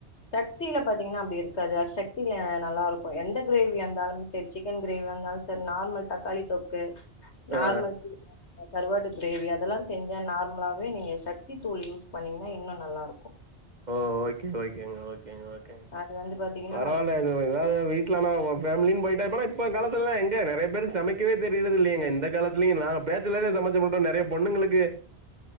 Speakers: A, on the left; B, on the right.
A: சக்தில பாத்தீங்கன்னா அப்டி இருக்காது சக்தில நல்லா இருக்கு எந்த கிரேவியா இருந்தாலு செரி சிக்கன் கிரேவி வந்தாலு செரி நார்மல் தக்காளி தொக்கு நார்மல்
B: ஆ
A: சிக்கன் கருவாடு கிரேவி அதெல்லா செஞ்சா நார்மலாவே நீங்க சக்தி தூள் யூஸ் பண்ணீங்கன்னா இன்னு நல்லா இருக்கு
B: ஓ ஓகே ஓகேங்க ஓகேங்க ஓகே
A: அது வந்து பாத்தீங்கன்னா
B: பரவாயில்ல எதாவது வீட்லனா ஃபேம்லினு போயிட்டா இப்பவே இப்ப காலத்திலல்லா எங்க நெறைய பேருக்கு சமைக்கவே தெரிற்றது இல்லீங்க இந்த காலத்துலயு நாங்க பேச்லரே ச மூச்சு முட்டு நெறைய பொண்ணுங்ளுக்கு